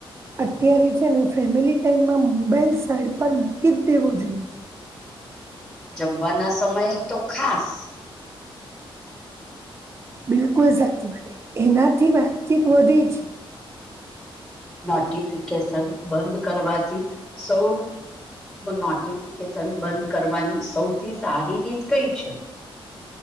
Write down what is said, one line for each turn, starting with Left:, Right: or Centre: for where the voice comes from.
Right: અત્યારે છેને ફેમિલી ટાઈમમાં મોબાાઈલ સાઈડ પર મૂકી જ દેવો જોઈએ.
Centre: જમવાના સમયે તો ખાસ.
Right: બિલકુલ સાચી વાતે, એનાથી વાતચીત વધે છે.
Centre: નોટિફિકેશન બંધ કરવાથી સૌ નોટિફિકેશન બંધ કરવાની સૌથી સારી રીત કઈ છે?